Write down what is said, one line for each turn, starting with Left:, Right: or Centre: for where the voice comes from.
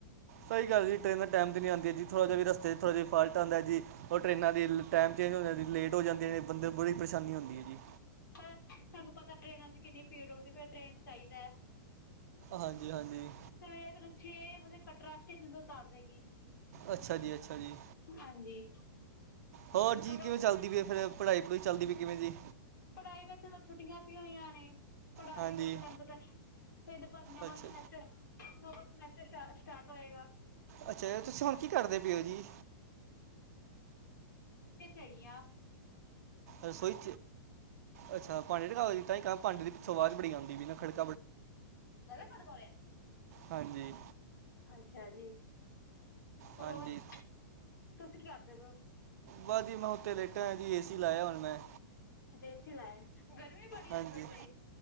Right: ਸਹੀ ਗੱਲ ਟ੍ਰੇਨਰ ਟਾਈਮ ਤੇ ਨਹੀਂ ਆਉਂਦੀਆਂ ਥੋੜਾ ਜਿਹਾ ਵੀ ਰਸਤੇ ਚ ਥੋੜਾ ਜਿਹਾ ਫਾਲਟ ਆਂਦਾ ਜੀ ਉਹ ਟ੍ਰਰੇਨਾਂ ਦੀ ਟਾਈਮ ਚੇਂਜ ਹੋ ਜਾਂ ਲੇਟ ਹੋ ਜਾਂਦੀ ਨੇ ਬੰਦੇ ਨੂੰ ਬੜੀੇ ਪਰੇਸ਼ਾਨੀ ਹੁੰਦੀ ਹੈ ਜੀ
Left: ਪਰ ਤੁਹਾਨੂੰ ਪਤਾ ਟ੍ਰੇਨਾਂ ਚ ਕਿੰਨੀ ਪੀੜ ਹੁੰਦੀ ਟ੍ਰੇਨ ਚ ਚਾਹੀਦਾ ਹੈ
Right: ਹਾਂਜੀ ਹਾਂਜੀ
Left: ਸਵੇਰੇ ਤੈਨੂੰ ਛੇ ਵਜੇ ਕਟਰਾ ਸਟ ਤੋਂ ਉਤਾਰ ਦੇਗੀ
Right: ਅੱਛਾ ਜੀ ਅੱਛਾ ਜੀ
Left: ਹਾਂਜੀ।
Right: ਹੋਰ ਜੀ
Left: ਕਟਰਾ
Right: ਕਿਵੇਂ ਚੱਲਦੀ ਪਈ ਫਿਰ ਪੜ੍ਹਾਈ ਪੜ੍ਹੁਈ ਚੱਲਦੀ ਪਈ ਕਿਵੇਂ ਜੀ
Left: ਪੜ੍ਹਾਈ ਵਿੱਚ ਛੁੱਟੀਆਂ ਪ ਹੋਈਆਂ ਨੇ ਪੜ੍ਹਾਈ
Right: ਹਾਂਜੀ
Left: ਵੈਸੇ ਤੁਹਾਨੂੰ ਪਤਾ ਫਰ ਇਹਦੇ ਬਾਅਦ ਨਵਾਂਸਮੇਂਸਟਰ
Right: ਅੱਛਾ
Left: ਨ ਸਮੈਸਟਰ ਸਟ ਸਟਾਰਟ ਹੋਏਗਾ
Right: ਅੱਛਾ ਤੁਸੀਂ ਹੁਣ ਕੀ ਕਰਦੇ ਪਏਓ ਜੀ
Left: ਹੈਗੀਆਂ
Right: ਰਸੋਈ ਅੱਛਾ ਭਾਂਡੇ ਰਕਾ ਦੀ ਤਾਂ ਹੀ ਭਾਂਡੇ ਦੀ ਸਵਾਦ ਬੜੀ ਆਉਂਦੀ ਵੀ ਨਾ ਖੜਕ
Left: ਗੱਲ ਖੜ ਕੋ
Right: ਹਾਂਜੀ
Left: ਅੱਛਾ ਜੀ ਹੋਰ
Right: ਹਾਂਜੀ
Left: ਤੁਸੀਂ ਕੀ ਕਰਦੇ ਪ ਹੋ
Right: ਬਾ ਜੀ ਮੈਂ ਉੱਥੇ ਲੇਟਾ ਹੋਇਆ ਜੀ ਏ ਸੀ ਲਾਇਆ ਹੁਣ ਮੈਂ
Left: ਅੱਛ ਏਸੀ ਲਾਇਆ ਗਰਮੀ ਬੜੀ
Right: ਹਾਂਜੀ,
Left: ਅੱਜ ਕੱਲ ਤੇ